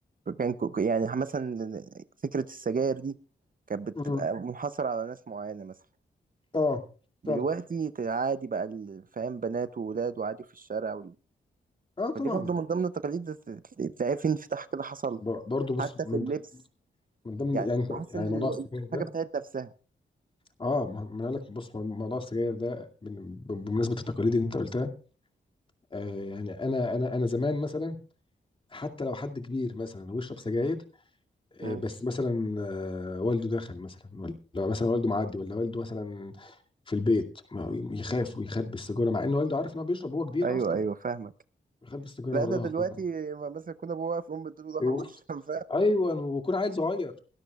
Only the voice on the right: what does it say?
كان كو- يعني مثلا فكره السجاير دي كانت بتبقى
منحصره على ناس معينه مثلا
دلوقتي
عادي بقى ال- فاهم بنات وولاد وعادي في الشارع
فدي برضه من ضمن التقاليد تلاقيها في انفتاح كده حصل
حتى
في اللبس
يعني
بحس
ان
الو-
الحاجه
بتعيد نفسها
مم.
ايوه
ايوه فاهمك
لا
ده
دلوقتي
م- مثلا كنا ابوه واقف امه اديله ظهر
وش <laughs> فاهم